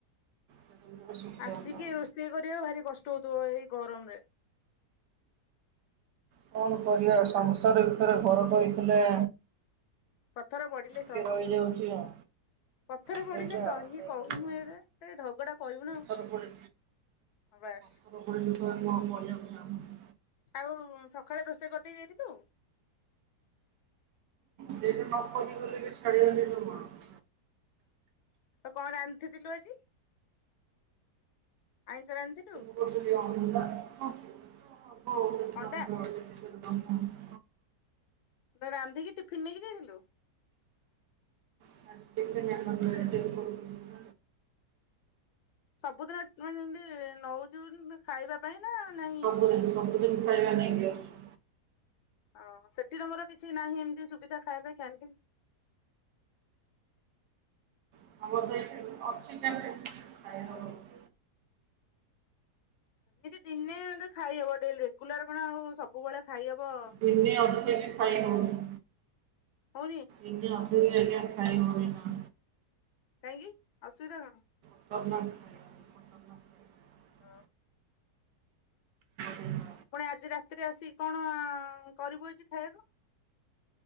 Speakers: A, on the right (about 85°); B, on the left (about 70°).
A: କେତେବେଳେ ଗୋଟେ ସୁବିଧା
B: ଆସିକି
A: ହେଲା ଆଉ।
B: ରୋଷେଇ କରିବା ଭାରି କଷ୍ଟ ହଉଥିବ ଏଇ ଗରମ ରେ।
A: କଣ କରିବା ସଂସାର ଭିତରେ ଘର କରିଥିଲେ।
B: ପଥର ପଡିଲେ
A: ଟିକିଏ ରହିଯାଉଛି ଆଉ।
B: ପଥରେ
A: ସେଇଟା
B: ପଡିଲେ ସହି
A: ଆଉ ସେଇ
B: କହୁନୁ
A: କଥା।
B: ଏରା ତ ଢଗଡା କହିବୁନା ଆଉ।
A: ପଥର ପଡି
B: ବାସ୍।
A: <unintelligible> ଚାହୁଁ ନି?
B: ଆଉ ସକାଳେ ରୋଷେଇ କରିଦେଇ ଯାଇଥିଲୁ?
A: ସେ ଯଦି ନ କହି ଗଲେ ଛାଡିବିନି <inaudible>
B: <inaudible> କଣ ରାନ୍ଧିଥିଲୁ ଆଜି? ଆଇଁଷ ରାନ୍ଧିଥିଲୁ?
A: <inaudible>
B: ଅଣ୍ଡା ରାନ୍ଧିକି ଟିଫିିନ ନେଇକି ଯଥିଲୁ?
A: <unintelligible>
B: ସବୁଦିନ ମାନେ ଯେମତି ନଉଛୁ ଖାଇବା ପାଇଁ ନା ନାଇ
A: <unintelligible>
B: ହଁ ସେଠି ତମର କିଛି ନାହିଁ ଏମିତି ସୁବିଧା ଖାଇବା ପାଇଁ କେମିତି?
A: <unintelligible>
B: ଏମିତି ଦିନେ ଖାଇହବ ଡେ ରେଗୁଲାର କଣ ଆଉ ସବୁବେଳେ ଖାଇହବ।
A: ଦିନେ ଅଧେ ବି ଖାଇ ହବନି।
B: ହଉନି।
A: ଯେତେ ଅଧେ ବି ଆଜ୍ଞା ଖାଇ ହଉନି।
B: କାହିଁକି ଅସୁବିଧା କଣ।
A: <unintelligible> ଖତରନାକ ଖାଇବା
B: ହଁ।
A: ଭଲ ଖାଇବା
B: ପୁଣି ଆଜି ରାତିରେ ଆସିକି କଣ କରିବୁ ଏଛି ଖାଇବାକୁ।